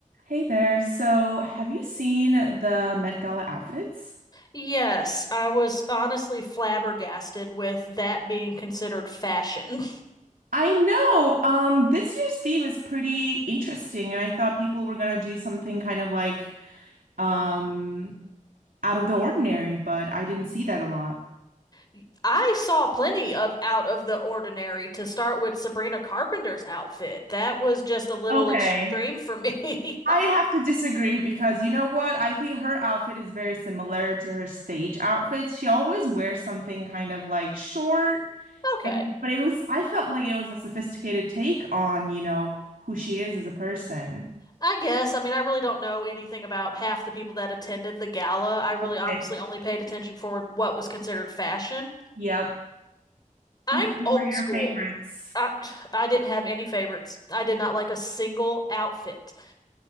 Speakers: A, on the right; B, on the left.
A: Hey there. So, have you seen the Met Gala outfits?
B: Yes, I was honestly flabbergasted with that being considered fashion.
A: I know. Um, this year's theme is pretty interesting, and I thought people were gonna do something kind of like um out of the ordinary, but I didn't see that a lot.
B: <laughs> I saw plenty of out of the ordinary to start with Sabrina Carpenter's outfit. That was just a little
A: Okay.
B: extreme for me.
A: I
B: <laughs>
A: have to disagree because you know what? I think her outfit is very similar to her stage outfits. She always wears something kind of like short,
B: Okay.
A: but it was, I felt like it was a sophisticated take on, you know, who she is as a person.
B: I guess. I mean, I really don't know anything about half the people that attended the gala. I really
A: Okay.
B: honestly only paid attention for what was considered fashion.
A: Yep.
B: I'm
A: Which one
B: old
A: were your
B: school.
A: favorites?
B: I I didn't have any favorites. I did not like a single outfit.